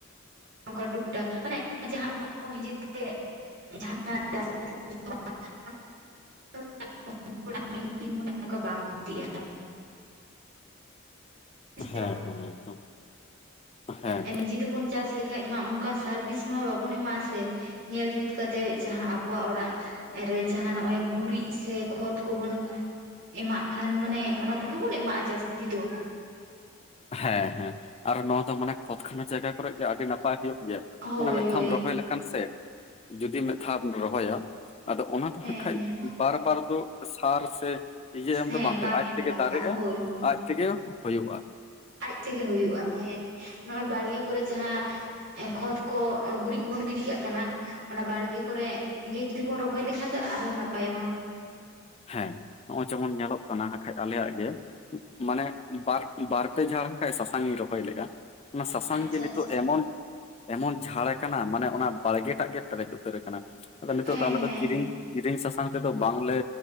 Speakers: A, on the right; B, on the left.
A: ᱚᱱᱠᱟ ᱴᱩᱠ ᱴᱟᱠ ᱢᱟᱱᱮ ᱡᱟᱦᱟ ᱱᱤᱡᱮᱛᱮ <unintelligible>
B: <inaudible>
A: <unintelligible> ᱦᱮᱸ ᱥᱮ
B: ᱦᱮ ᱦᱮ ᱮᱠᱫᱚᱢ ᱦᱮᱸ
A: ᱮ ᱱᱤᱡᱮᱛᱮ ᱯᱩᱱ ᱪᱟᱥ ᱞᱮ ᱠᱷᱟᱡ ᱢᱟ ᱚᱱᱠᱟ ᱥᱟᱨᱵᱷᱤᱥ ᱢᱟ ᱵᱟᱵᱚᱱ ᱮᱢᱟᱜ-ᱟ ᱥᱮ ᱧᱮᱞ ᱡᱩᱛ ᱠᱟᱛᱮᱜ ᱡᱟᱦᱟ ᱟᱵᱚᱣᱟᱜ ᱚᱲᱟᱜ ᱨᱮ ᱡᱟᱦᱟ ᱱᱚᱜᱚᱭ ᱜᱩᱨᱤᱡ ᱥᱮ ᱠᱷᱚᱛ ᱠᱚᱵᱚᱱ ᱮᱢᱟᱜ ᱠᱷᱟᱱ ᱢᱟᱱᱮ ᱚᱱᱟ ᱠᱚᱜᱮ ᱵᱚᱱ ᱮᱢᱟᱜᱼᱟ ᱡᱟᱹᱥᱛᱤ ᱫᱚ
B: ᱦᱮ ᱦᱮ ᱟᱨ ᱱᱚᱣᱟ ᱫᱚ ᱢᱟᱱᱮ ᱠᱷᱚᱛ ᱠᱷᱟᱱᱟ ᱡᱟᱭᱜᱟ ᱠᱚᱨᱮ ᱜᱮ ᱟᱹᱰᱤ ᱱᱟᱯᱟᱭ ᱦᱳᱭᱳᱜ ᱜᱮᱭᱟ
A: ᱦᱳᱭ
B: ᱢᱟᱱᱮ ᱢᱤᱫ
A: ᱦᱳᱭ
B: ᱫᱷᱟᱣᱢ ᱨᱚᱦᱚᱭ ᱞᱮᱠᱷᱟᱱ ᱥᱮ ᱡᱩᱫᱤ ᱢᱤᱫ ᱫᱷᱟᱣᱢ ᱨᱚᱦᱚᱭᱟ ᱟᱫᱚ ᱚᱱᱟ ᱫᱚ
A: ᱦᱮᱸ
B: ᱦᱟᱸᱜ ᱠᱷᱟᱡ
A: ᱦᱮᱸ
B: ᱵᱟᱨ ᱵᱟᱨ ᱫᱚ ᱥᱟᱨ ᱥᱮ ᱯᱤᱡᱮ ᱮᱢ
A: ᱦᱮᱸ
B: ᱫᱚ ᱵᱟᱝ ᱦᱳᱭᱳᱜᱼᱟ ᱟᱡᱛᱮᱜᱮ
A: ᱮᱢ ᱞᱟᱜᱟᱜᱼᱟ
B: ᱫᱟᱨᱮᱜᱼᱟ
A: ᱦᱳᱭ ᱦᱳᱭ
B: ᱟᱡ ᱛᱮᱜᱮ ᱦᱳᱭᱳᱜᱼᱟ
A: ᱟᱡ ᱛᱮᱜᱮ ᱦᱳᱭᱳᱜᱼᱟ ᱦᱮ ᱱᱚᱜᱼᱚᱭ ᱵᱟᱲᱜᱮ ᱠᱚᱨᱮ ᱡᱟᱦᱟ ᱠᱷᱚᱛ ᱠᱚ ᱜᱩᱨᱤᱡ ᱠᱚᱵᱚᱱ ᱜᱤᱰᱤ ᱠᱟᱜ ᱠᱟᱱᱟ ᱚᱱᱟ ᱵᱟᱲᱜᱮ ᱠᱚᱨᱮ ᱜᱮ ᱡᱩᱫᱤ ᱵᱚᱱ ᱨᱚᱦᱚᱭ ᱞᱮᱠᱷᱟᱱ ᱫᱚ ᱟᱨᱦᱚ ᱱᱟᱯᱟᱭᱚᱜᱼᱟ
B: ᱦᱮ ᱱᱚᱜᱼᱚᱭ ᱡᱮᱢᱚᱱ ᱧᱮᱞᱚᱜ ᱠᱟᱱᱟᱠᱷᱟᱡ ᱟᱞᱮᱭᱟᱜ ᱜᱮ ᱢᱟᱱᱮ ᱵᱟᱨ ᱵᱟᱨ ᱯᱮ ᱡᱷᱟᱲ ᱦᱟᱠᱷᱟᱡ ᱥᱟᱥᱟᱝ ᱤᱧ ᱨᱚᱦᱚᱭ ᱞᱮᱜ-ᱟ ᱚᱱᱟ ᱥᱟᱥᱟᱝ
A: ᱟᱪᱪᱷᱟ
B: ᱡᱮ ᱱᱤᱛᱚᱜ
A: ᱟᱪᱪᱷᱟ
B: ᱮᱢᱚᱱ ᱮᱢᱚᱱ ᱡᱷᱟᱲ ᱟᱠᱟᱱᱟ ᱢᱟᱱᱮ ᱚᱱᱟ ᱵᱟᱲᱜᱮ ᱴᱟᱜ ᱜᱮ ᱯᱮᱨᱮᱡ ᱩᱛᱟᱹᱨ ᱟᱠᱟᱱᱟ ᱟᱫᱚ ᱱᱤᱛᱚᱜ
A: ᱦᱮᱸ
B: ᱫᱚ ᱟᱞᱮ
A: ᱦᱮᱸ
B: ᱫᱚ ᱠᱤᱨᱤᱧ ᱠᱤᱨᱤᱧ ᱥᱟᱥᱟᱝ ᱛᱮᱫᱚ ᱵᱟᱝᱞᱮ